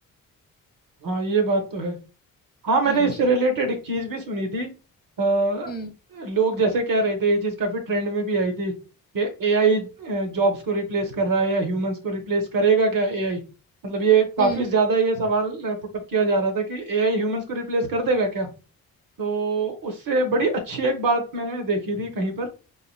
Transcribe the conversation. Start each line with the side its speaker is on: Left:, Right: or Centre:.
Right: हाँ ये बात तो है हाँ मैंने
Left: हाँ
Right: इससे
Left: जी
Right: रिलेटेड एक चीज़ भी सुनी थी अ,
Left: हम्म
Right: लोग जैसे कह रहे थे ये चीज़ काफ़ी ट्रेंड में भी आई थी कि एआई जॉब्स को रिप्लेस कर रहा है या ह्यूमंस को रिप्लेस करेगा क्या एआई मतलब ये काफ़ी
Left: हम्म
Right: ज़्यादा ये सवाल पुटअप किया जा रहा था कि एआई ह्यूमंस को रिप्लेस कर देगा क्या तो उससे बड़ी अच्छी एक बात मैंने देखी थी कहीं पर